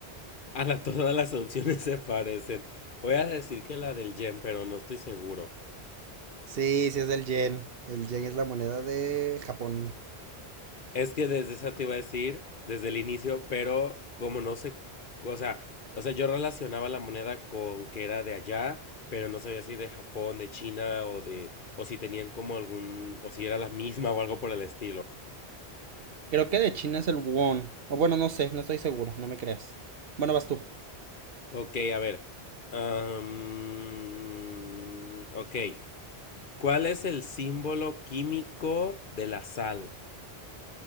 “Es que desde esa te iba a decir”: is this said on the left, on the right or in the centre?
Left